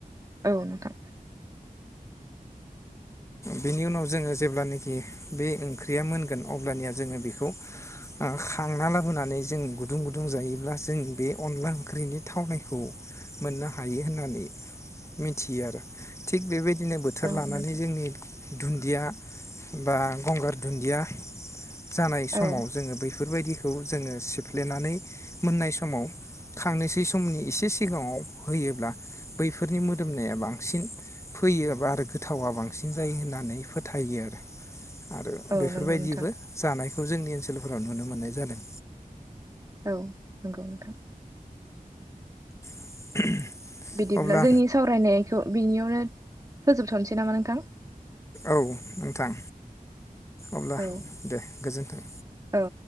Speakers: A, on the right; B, on the left.
A: औ नोंथां
B: बेनि उनाव जोङो जेब्लानाखि बे ओंख्रिया मोनगोन अब्लानिया जोङो बेखौ खांना लाबोनानै जों गुदुं गुदुं जायोब्ला जों बे अनला ओंख्रिनि थावनायखौ मोननो हायो होननानै मिथियो आरो। थिग बेबायदिनो बोथोर
A: औ
B: लानानै
A: नोंथां
B: जोंनि दुन्दिया बा, गंगार दुन्दिया जानाय समाव
A: औ
B: जोङो बैफोर बेफोरबायदिखौ जोङो सिफ्लेनानै मोननाय समाव खांनोसै समनि एसे सिगाङाव होयोब्ला बैफोरनि मोदोमनाया बांसिन फैयोबा आरो गोथावा बां सिन जायो होननानै फोथायो आरो। आरो
A: औ
B: बेफोरबायदिबो
A: नंगौ नोंथां
B: जानायखौ जोंनि ओनसोलफोराव नुनो मोननाय जादों।
A: औ नंगौ नोंथां।
B: <inaudible>
A: बिदिब्ला
B: अब्ला
A: जोंनि सावरायनायखौ बिनियावनो फोजोबथ'नोसै नामा नोंथां?
B: औ नोंथां। अब्ला
A: औ
B: दे गोजोन्थों!
A: औ